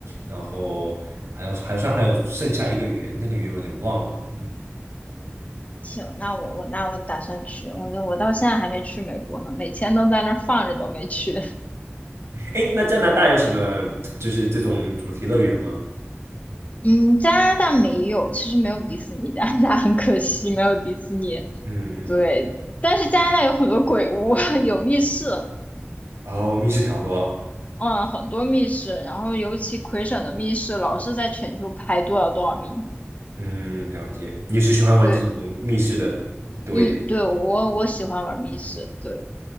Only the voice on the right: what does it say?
然后还有还算还有剩下一个园，那个园我有点忘了。嗯，
哎，那加拿大有什么就是这种主题乐园吗？
嗯嗯，
然后密室逃脱，
嗯，了解。你是喜欢玩这种密室的多一点，